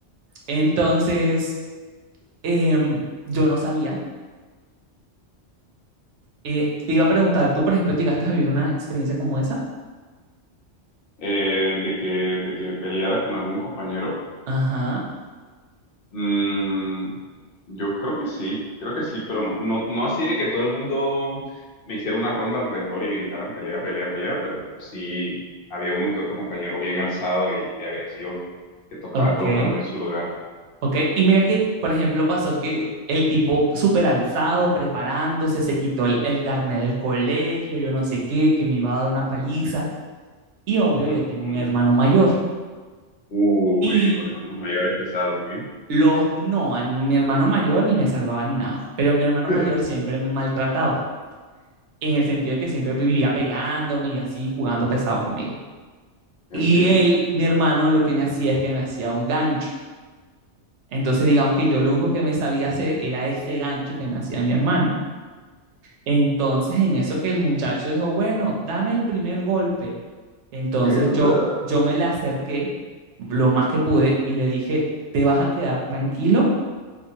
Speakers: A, on the right (about 70°); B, on the left (about 55°).
A: Entonces, em, yo no sabía. Eh, te iba a preguntar, ¿tú, por ejemplo, llegaste a vivir una experiencia como esa?
B: Eh, de que, de que peleara con algún compañero.
A: Ajá,
B: Mm, yo creo que sí, creo que sí, pero no, no, no así de que todo el mundo me hiciera una ronda alrededor y gritaran pelea, pelea, pelea, pero sí había uno que otro compañero bien alzado y, y agresivo que, que tocaba
A: ok.
B: colocarlo en su lugar.
A: Ok, y mira
B: Sí.
A: que, por ejemplo, pasó que el tipo súper alzado, preparándose, se quitó el, el carnet del colegio, yo no sé qué, que me iba a dar una paliza. Y obvio, yo
B: Mm,
A: tengo
B: mm.
A: un hermano mayor.
B: Uy,
A: Y
B: los hermanos mayores te salvan, ¿eh?
A: los, no, a mi hermano mayor ni me salvaba ni nada, pero mi hermano
B: <laughs>
A: mayor siempre me maltrataba, en el sentido de que siempre vivía pegándome y así, jugando pesado conmigo.
B: Entiendo.
A: Y él, mi hermano, lo que me hacía es que me hacía un gancho. Entonces, digamos que yo lo único que me sabía hacer era ese gancho que me hacía mi hermano. Entonces, en eso que el muchacho dijo, bueno, dame el primer golpe. Entonces
B: Mierda.
A: yo, yo me le acerqué lo más que pude y le dije, ¿te vas a quedar tranquilo